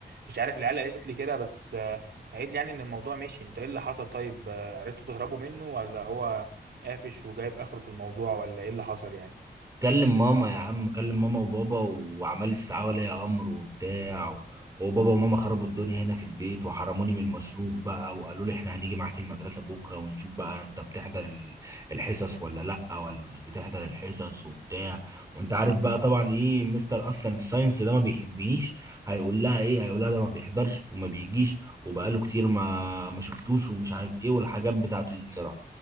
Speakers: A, on the right; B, on the right.
A: مش عارف العيال قالت لي كده بس آه، قالت لي يعني ان الموضوع مشي انتوا ايه اللي حصل طيب آه، عرفتوا تهربوا منه ولا هو قافش وجايب اخره في الموضوع ولا ايه اللي حصل يعني
B: كلم ماما يا عم كلم ماما وبابا وعمال استدعاء ولي امر وبتاع و... وبابا وماما خربوا الدنيا هنا في البيت وحرموني من المصروف بقى وقالوا لي احنا هنيجي معاك المدرسة بكرة ونشوف بقى انت بتحضر ال- الحصص ولا لا ولا مش بتحضر الحصص وبتاع وانت عارف بقى طبعا ايه مستر اصلا الساينس ده ما بيحبنيش هيقول لها ايه هيقول لها ده ما بيحضرش وما بيجيش وبقاله كتير ما ما شفتوش ومش عارف ايه والحاجات بتاعته دي بصراحة